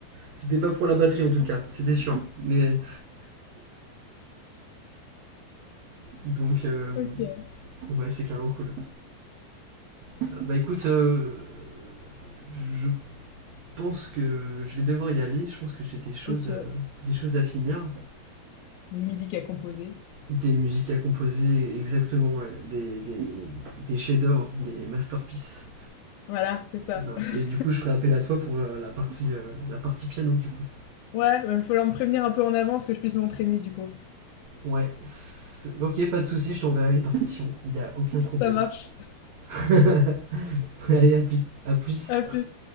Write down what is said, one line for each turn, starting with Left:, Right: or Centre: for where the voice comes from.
Right: C'était pas pour la batterie en tout cas, c'était sûr. Mais donc, euh,
Left: OK,
Right: ouais, c'est carrément cool. Euh, Bah écoute, euh, je pense que je vais devoir y aller. Je pense que j'ai des choses,
Left: OK.
Right: euh, des choses à finir,
Left: Les musiques à composer.
Right: des musiques à composer, exactement, ouais. des, des, des chefs-d'œuvre, des masterpieces.
Left: Voilà, c'est ça.
Right: Voilà.
Left: <laughs>
Right: Et du coup, je ferai appel à toi pour la, la partie, euh, la partie piano, du coup.
Left: Ouais, bah, il va falloir me prévenir un peu en avance que je puisse m'entraîner du coup.
Right: Ouais. c'est- Ok, pas de souci, je t'enverrai les partitions. Il y a aucun problème.
Left: Ça marche.
Right: <laughs> Allez, à plus. À plus.
Left: À plus.